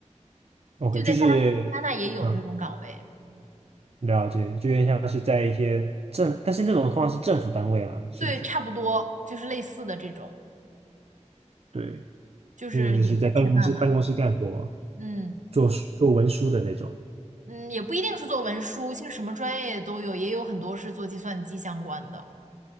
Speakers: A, on the right; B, on the right.
A: ？OK，
B: 就在加加拿大也有这种岗位，
A: 就是嗯，了解，就有点像是在一些政，但是那种通常是政府单位啊，是不是？
B: 对，差不多就是类似的这种，
A: 对，
B: 就是也是铁饭碗。
A: 那种就是在办公室办公室干活，
B: 嗯
A: 做做文书的那种。
B: 嗯，也不一定是做文书，其实什么专业都有，也有很多是做计算机相关的。